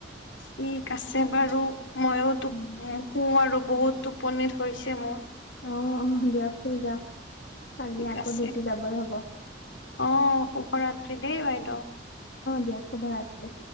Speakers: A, on the left (about 85°); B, on the left (about 60°).
A: ঠিক আছে বাৰু মইওতো
B: উম।
A: <unintelligible> আৰু বহুত টোপনি ধৰিছে মোৰ।
B: অ', অ' দিয়ক শুই যাওক কালি
A: ঠিক
B: আকৌ
A: আছে
B: ডিউটি যাবৈ হব।
A: অ', শুভৰাত্ৰি দেই বাইদেউ।
B: দিয়া শুভৰাত্ৰি।